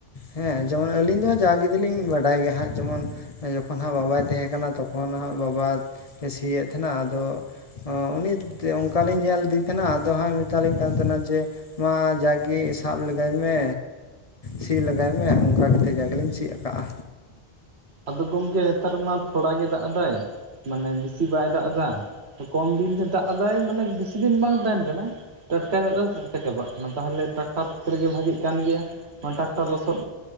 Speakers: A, on the left; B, on the right.
A: ᱦᱮᱸ ᱡᱮᱢᱚᱱ ᱟᱹᱞᱤᱧ ᱫᱚ ᱡᱟᱜᱮ ᱫᱚᱞᱤᱧ ᱵᱟᱰᱟᱭ ᱜᱮᱭᱟ ᱦᱟᱸᱜ ᱡᱮᱢᱚᱱ ᱡᱚᱠᱷᱚᱱ ᱦᱟᱸᱜ ᱵᱟᱵᱟᱭ ᱛᱟᱦᱮᱸ ᱠᱟᱱᱟ ᱠᱟᱱᱟ ᱛᱚᱠᱷᱚᱱ ᱦᱟᱸᱜ ᱵᱟᱵᱟ ᱥᱤᱭᱮᱫ ᱛᱟᱦᱮᱸᱱᱟ ᱟᱫᱚ ᱩᱱᱤ ᱚᱱᱠᱟᱞᱤᱧ ᱧᱮᱞ ᱞᱮᱫᱮ ᱛᱟᱦᱮᱱᱟ ᱟᱫᱚ ᱦᱟᱸᱜ ᱢᱮᱛᱟᱞᱤᱧ ᱠᱟᱱ ᱛᱟᱦᱮᱱᱟ ᱡᱮ ᱢᱟ ᱡᱟᱜᱮ ᱥᱟᱵ ᱞᱮᱜᱟᱭ ᱢᱮ ᱥᱤ ᱞᱮᱜᱟᱭ ᱢᱮ ᱚᱱᱠᱟ ᱠᱟᱛᱮᱫ ᱡᱟᱜᱮᱞᱤᱧ ᱥᱮᱫ ᱠᱟᱜᱼᱟ
B: ᱟᱫᱚ ᱜᱚᱢᱠᱮ ᱱᱮᱛᱟᱨ ᱢᱟ ᱛᱷᱚᱲᱟ ᱜᱮ ᱫᱟᱜ ᱮᱫᱟᱭ ᱢᱟᱱᱮ ᱵᱟᱭ ᱫᱟᱜ ᱮᱫᱟ ᱠᱚᱢ ᱫᱤᱱ ᱨᱮ ᱫᱟᱜ ᱮᱫᱟᱭ ᱢᱟᱱᱮ ᱵᱮᱥᱤ ᱫᱤᱱ ᱵᱟᱝ ᱛᱟᱦᱮᱱ ᱠᱟᱱᱟ ᱴᱟᱴᱠᱟ ᱜᱮ ᱪᱮ ᱞᱮᱠᱟ ᱪᱟᱵᱟᱜ ᱠᱟᱱᱟ ᱛᱟᱦᱚᱞᱮ ᱴᱨᱟᱠᱴᱟᱨ ᱠᱷᱮᱛᱨᱮ ᱜᱮ ᱵᱷᱟᱜᱮᱜ ᱠᱟᱱ ᱜᱮᱭᱟ ᱚᱱᱟ ᱴᱟᱠ- ᱞᱚᱥᱚᱫ